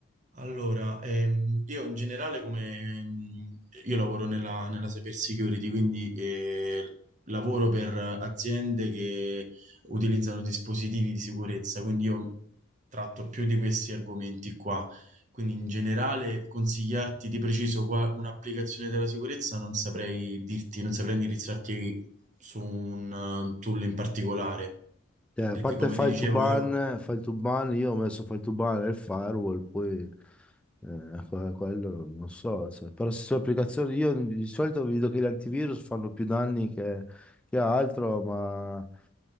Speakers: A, on the right; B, in the centre.
A: Allora, ehm, io in generale come ehm, io lavoro nella, nella cyber security, quindi eh, lavoro per aziende che utilizzano dispositivi di sicurezza, quindi io tratto più di questi argomenti qua. Quindi in generale consigliarti di preciso qua un'applicazione della sicurezza non saprei dirti, non saprei indirizzarti su un eh, tool in particolare,
B: Cioè, a
A: perché
B: parte
A: come
B: file
A: ti Ah, dicevo
B: to ban,
A: io...
B: file to ban, io ho messo file to ban e il firewall, poi eh, que- quello non so, cioè, però se sono applicazioni, io di solito vedo che gli antivirus fanno più danni che, che altro, ma